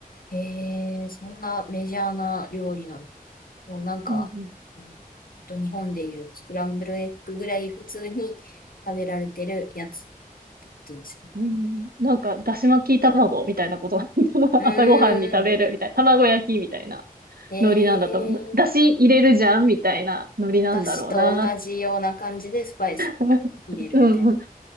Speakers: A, on the left; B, on the right.
A: えー、そんなメジャーな料理なんだ。もうなんか、
B: うんうん。
A: うんほんと日本でいうスクランブルエッグぐらい普通に食べられてるやつってことですよね。
B: うんなんか、だし巻き卵みたいなこと。<laughs>
A: うーん。
B: 朝ごはんに食べるみたいな。卵焼きみたいな。
A: え
B: ノリなんだと思う。だし入れるじゃんみたいなノリなんだろうなっ
A: ー、だしと同じような感じでスパイスを
B: <laughs>
A: 入れるみたいな。
B: うんうん。